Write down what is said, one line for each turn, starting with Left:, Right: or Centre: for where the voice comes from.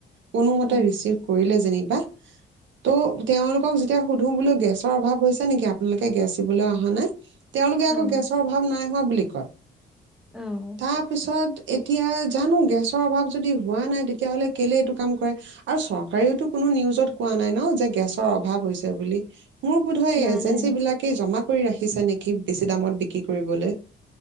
Right: কোনোমতে
Centre: উম,
Right: ৰিচিভ কৰিলে যেনিবা ত' তেওঁলোকক যেতিয়া সুধো বোল গেছৰ অভাৱ নেকি আপোনালোকে গেছ দিবলৈ অহা নাই। তেওঁলোকে
Centre: অ',
Right: আকৌ গেছৰ অভাৱ নাই বুলি লি কয়।
Centre: অ',
Right: তাৰ পিছত এতিয়া জানো গেছৰ অভাৱ যদি হোৱা নাই তেতিয়াহ'লে কেলে এইটো কাম কৰে আৰু চৰকাৰেওতো কোনো নিউজত কোৱা নাই ন' যে গেছৰ অভাৱ হৈছে বুলি। মোৰ বোধহয়
Centre: নাই,
Right: এজেঞ্চী
Centre: নাই,
Right: বিলাকে জমা কৰি ৰাখিছে নেকি। বেছি দামত বিক্ৰী কৰিবলৈ।